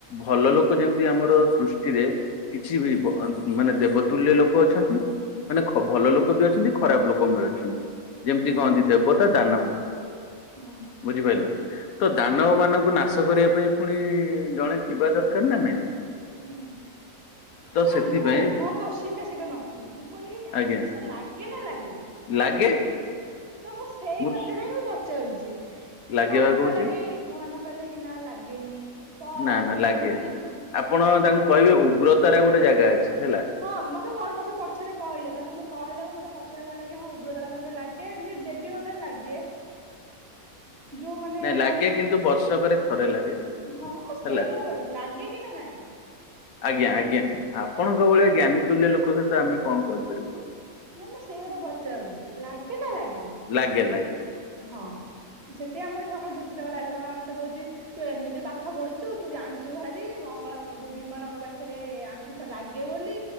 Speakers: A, on the left; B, on the right.
A: ଭଲ ଲୋକ ଯେମିତି ଆମର ସୃଷ୍ଟିରେ କିଛି ବି ବ ମାନେ ଦେବତୁଲ୍ୟ ଲୋକ ଅଛନ୍ତି ମାନେ ଖ ଭଲ ଲୋକ ବି ଅଛନ୍ତି ଖରାପ ଲୋକ ବି ଅଛନ୍ତି ଯେମିତି
B: ହୁଁ
A: କହନ୍ତି ଦେବତା ଦାନବ
B: ହୁଁ
A: ବୁଝିପାରିଲେ ତ
B: ହୁଁ
A: ଦାନ ମାନଙ୍କୁ ନା ନାଷ କରିବା ପାଇଁ ଫୁଣି ଜଣେ ଥିବା ଦରକାର ନା ନାଇଁ
B: ହୁଁ
A: ତ
B: ମାନେ
A: ସେଥିପାଇଁ
B: ମୁଁ ମୋ କୋଶ୍ଚିିନ ଟା ସେଇଟା ନଥିଲା ମୁଁ କହିଲି କି
A: ଆଜ୍ଞା
B: ଆମିଷ ଲାଗେ ନା ଲାଗେନି?
A: ଲାଗେ
B: ତ ମୁ ସେଇ
A: ମୁଁ
B: କଥାଟା ହିଁ ମୁଁ ପଚାରୁଛି
A: ଲାଗେ
B: ମୋ ମାମା
A: ବା କହୁଛି
B: କହିଲା କି। ମୋ ମାମା କହିଲେ କି ନା ଲାଗେନି। ତ
A: ନା
B: ସେଥିପାଇଁ
A: ନା ଲାଗେ
B: ଆମର ଟିକେ
A: ଆପଣ
B: ହଁ
A: ତାଙ୍କୁ କହିବେ ଉଗ୍ରତାର ଗୋଟେ ଜାଗା ଅଛି ହେଲା।
B: ହଁ ମତେ ପରେ ମତେ ସେ ପଛରେ କହିଲେ ତାକୁ ମୁଁ କହିଲାକୁ ମତେ ପଛରେ କହିଲେ କି ହଁ ଉଗ୍ର ତାରା ପା ଖେରେ ଲାଗେ ଏମିତି ଦେବୀଙ୍କ ପାଖେ ଲାଗେ। ଯୋଉମାନେ
A: ନାଇଁ ଲାଗେ
B: ଯାହା ପାଖରେ
A: କିନ୍ତୁ ବର୍ଷକରେ ଥରେ ଲାଗେ
B: ହଁ ମୁଁ ସେଇ
A: ହେଲା
B: କଥା ଭାବଛି ଲାଗେ କି ନା ନାଇଁ।
A: ଆଜ୍ଞା ଆଜ୍ଞା ଆପଣଙ୍କ ଭଳିଆ
B: ମୁଁ
A: ଜ୍ଞାନୀତୁଲ୍ୟ ଲୋକ ସହିତ ଆମେ କଁ କହିପାରିବୁ।
B: ନା ମୁଁ ସେଇ ଘରେ ପଚାରୁଛି ଲାଗେ ନା ଲାଗେନି।
A: ଲାଗେ ଲାଗେ।
B: ହଁ ସେତିି ପାଇଁ ଆମର ସକାଳେ ଯୁକ୍ତି ତର୍କ ଲାଗିଲା ମାତା ମତେ କହୁଛି। ତୁ ଏମିତି ପାଠ ପଢୁଛୁ ତୁ ଜାଣିଛୁ ଭାରି ମଙ୍ଗଳା ଙ୍କ ଯୋଉ ବିମଳାଙ୍କ ପାଖରେ ଆମିଷ। ସ ଲାଗେ ବୋଲି।